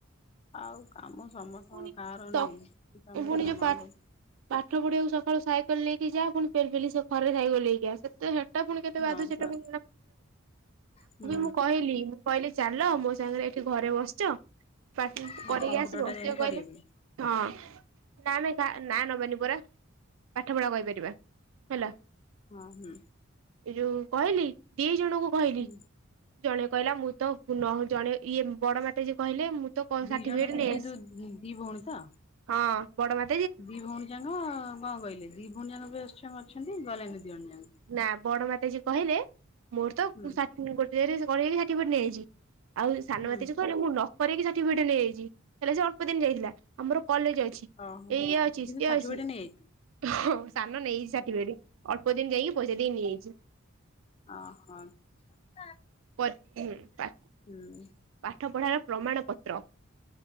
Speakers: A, on the left; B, on the right.
A: ଆଉ କାମ ସମସ୍ତଙ୍କର
B: ପୁଣି
A: କାହାର
B: ତ
A: ନାହିଁ। ତମେ
B: ପୁଣି
A: ତ କଣ
B: ଯୋଉ
A: ମରିଯାଇଛି?
B: ପା ପାଠ ପଢିବାକୁ ସକାଳୁ ସାଇକେଲ ନେଇକି ଯା। ପୁଣିି ପେଲି ପେଲି ସେ କଡ଼ରେ ସାଇକେଲ ନେଇକି ଆ। କେତେ ଟା ପୁଣି କେତେ
A: ହଁ
B: ବାଧୁଛି ସେଟା
A: ପା
B: ପୁଣି
A: ହୁଁ
B: ମୁଁ କହିଲି କହିଲି ଚାଲ ମୋ ସାଙ୍ଗରେ ଏଠି ଘରେ ବସଛ। ପାଟି
A: ହଁ
B: -କରିକି
A: କମ୍ପ୍ୟୁଟର
B: ଆସି ବସିବାକୁ
A: ଟା ଯାଇକି
B: କହିଲି
A: କରିବେ ବୋଲି।
B: ହଁ ନାବେ ନାଁ ନବାନି ପରା ପାଠ ପଢା କହିପାରିବା ହେଲା।
A: ହଁ ହୁଁ।
B: ଏ ଯୋଉ କହିଲି ଦି ଜଣଙ୍କୁ କହିଲି।
A: ହୁଁ
B: ଜଣେ କହିଲା ମୁଁ ତ ନ ଜଣେ ଇଏ ବଡ ମାତାଜି କହିଲେ ମୁଁ ତ ମୋ
A: ଦି
B: ସର୍ଟିଫିକେଟ
A: ଜଣ ସେ
B: ଲେସ୍
A: ସେ ଯୋଉ ଦି ଭଉଣୀ ତ?
B: ହଁ ବଡ ମା
A: ଦି ଭଉଣୀ ଯାକ କଣ କହିଲେ। ଦି ଭଉଣୀ ଯାକ ଅଛନ୍ତି ଗଲେନି ଦି ଭଣୀ ଯାକ।
B: ନାଁ ବଡ ମାତାଜି କହିଲେ। ମୋର ତ
A: ହୁଁ
B: ସା ଗୋଟେ ଜାଗାରେ ବଡ଼ ସାଟିଫିକେଟ ନେଇଆଇଛି। ଆଉ ସାନମାତାଜୀ
A: ହୁଁ
B: କହିଲେ। ମୁଁ ନ କରେଇକି ସାର୍ଟିଫିକେଟ ନେଇଯାଇଛି ହେଲେ ସେ ଅଳ୍ପ ଦିନ ଯାଇଥିଲା ଆମର କଲେଜ ଅଛି।
A: ଓହୋ
B: ଏଇଆ ଅଛି
A: କିନ୍ତୁ
B: ସିଏ
A: ସାର୍ଟିଫିକେଟ
B: ଅଛି
A: ନେଇଯାଇଛନ୍ତି।
B: ହଁ ସାନ ନେଇ ସାଠି ବେନି ଅଳ୍ପ ଦିନ ଯାଇକି ପଇସା ଦେଇ ନେଇଆଇଛି।
A: ହଁ ହଁ। ହଁ।
B: ପ <inaudible>
A: ହୁ।
B: ପାଠ ପଢାର ପ୍ରମାଣ ପତ୍ର